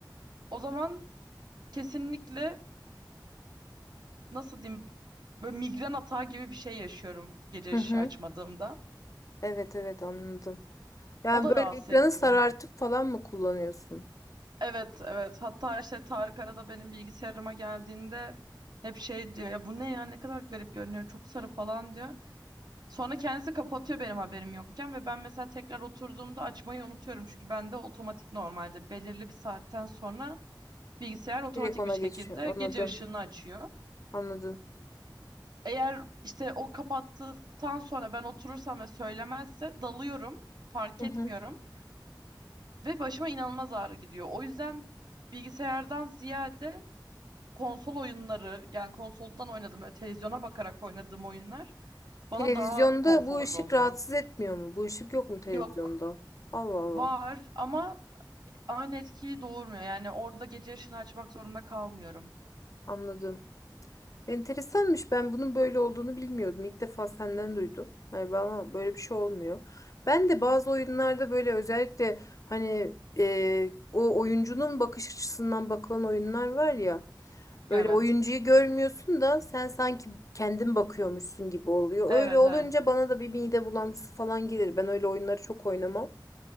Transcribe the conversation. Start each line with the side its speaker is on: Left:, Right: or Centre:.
Right: o zaman kesinlikle nasıl diyeyim böyle migren atağı gibi bir şey yaşıyorum gece
Left: Hı
Right: ışığı
Left: hı.
Right: açmadığımda.
Left: Evet evet anladım. Yani
Right: O da rahatsız
Left: böyle ekranı
Right: ediyor.
Left: sarartıp falan mı kullanıyorsun?
Right: Evet evet hatta işte Tarık arada benim bilgisayarıma geldiğinde hep şey diyor ya bu ne ya ne kadar garip görünüyor çok sarı falan diyor. Sonra kendisi kapatıyor benim haberim yokken ve ben mesela tekrar oturduğumda açmayı unutuyorum. Çünkü bende otomatik normalde belirli bir saatten sonra bilgisayar otomatik
Left: Direkt ona
Right: bir şekilde
Left: geçiyor. Anladım.
Right: gece ışığını açıyor.
Left: Anladım.
Right: Eğer işte o kapattıktan sonra ben oturursam ve söylemezse dalıyorum, fark
Left: Hı
Right: etmiyorum
Left: hı.
Right: ve başıma inanılmaz ağrı gidiyor. O yüzden bilgisayardan ziyade konsol oyunları yani konsoldan oynadığım, öyle televizyona bakarak oynadığım oyunlar bana
Left: Televizyonda
Right: daha konforlu
Left: bu ışık
Right: oluyor.
Left: rahatsız etmiyor mu? Bu ışık yok mu televizyonda?
Right: Yok,
Left: Allah Allah.
Right: var ama aynı etkiyi doğurmuyor. Yani orada gece ışını açmak zorunda kalmıyorum.
Left: Anladım. Enteresanmış. Ben bunun böyle olduğunu bilmiyordum. İlk defa senden duydum. Hani bana böyle bir şey olmuyor. Ben de bazı oyunlarda böyle özellikle hani e, o oyuncunun bakış açısından bakılan oyunlar var ya. Böyle
Right: Evet.
Left: oyuncuyu görmüyorsun da sen sanki kendin bakıyormuşsun gibi oluyor.
Right: Evet,
Left: Öyle olunca
Right: evet.
Left: bana da bir mide bulantısı falan gelir. Ben öyle oyunları çok oynamam.